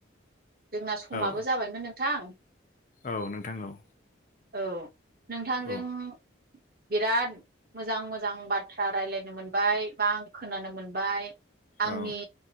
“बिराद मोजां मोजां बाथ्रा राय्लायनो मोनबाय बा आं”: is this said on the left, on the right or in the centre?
Right